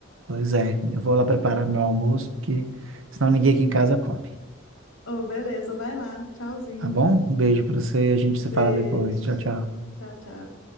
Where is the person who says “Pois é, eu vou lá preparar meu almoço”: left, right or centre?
Right